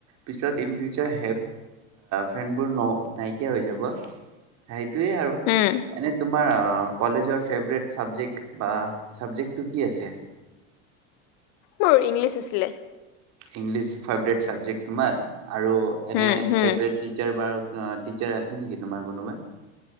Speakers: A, on the right; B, on the left.
A: পিছত ইন ফিউচাৰ ফ্ৰেনৰ নাইকিয়া হৈ যাব। সেইটোয়ে আৰু
B: উম
A: এনে তোমাৰ অ' কলেজৰ ফেভৰেট ছাবজেক্ট বা চাবজেক্টটো কি আছিল?
B: মোৰ ইংলিছ আছিলে।
A: ইংলিছ ফেভৰেট চাবজেক্ট তোমাৰ, আৰু
B: হম
A: এনে
B: হম
A: ফেভৰেট টিচাৰ বা টিচাৰ আছে নেকি তোমাৰ কোনোবা?